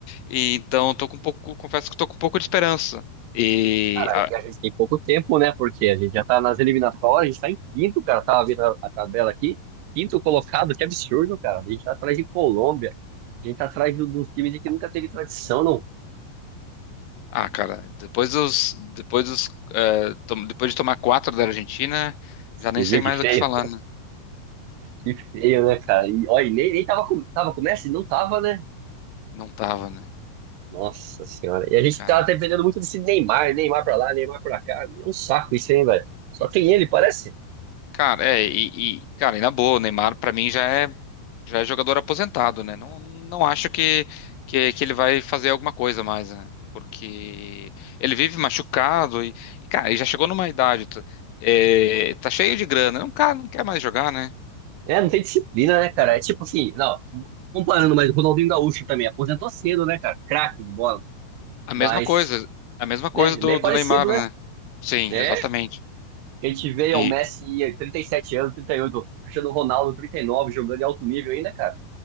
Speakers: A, on the left; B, on the right.
A: E, então, tô com um pouco, confesso que tô com um pouco de esperança. E
B: Cara, e a gente tem pouco tempo, né? Porque a gente já tá nas eliminatórias, a gente tá em quinto, cara. Tava vendo a, a tabela aqui. Quinto colocado, que absurdo, cara. A gente tá atrás de Colômbia. A gente tá atrás do- de uns times que nunca teve tradição, não.
A: Ah, cara, depois dos, depois dos, eh, tom- depois de tomar quatro da Argentina,
B: Você
A: já nem sei
B: viu
A: mais
B: que feio?
A: o que falar, né?
B: Que feio, né, cara? E, olha, e nem, nem tava com, tava com o Messi? Não tava, né?
A: Não tava, né?
B: Nossa senhora. E a gente
A: Cara,
B: tá dependendo muito desse Neymar, Neymar pra lá, Neymar pra cá. É um saco isso, hein, velho? Só tem ele, parece.
A: cara, é, e, e, cara, e na boa, o Neymar pra mim já é, já é jogador aposentado, né? Não, não acho que, que, que ele vai fazer alguma coisa mais, né? Porque ele vive machucado e, e, cara, ele já chegou numa idade, tá, eh, tá cheio de grana, não, cara, não quer mais jogar, né?
B: É, não tem disciplina, né, cara? É tipo assim, não, comparando, mas o Ronaldinho Gaúcho também aposentou cedo, né, cara? Craque de bola.
A: A mesma
B: Mas,
A: coisa, a mesma coisa
B: né,
A: do,
B: bem parecido,
A: do Neymar,
B: né?
A: né? Sim,
B: É,
A: exatamente.
B: a gente vê
A: E
B: o Messi em 37 anos, 38, Cristiano Ronaldo 39, jogando em alto nível ainda, cara.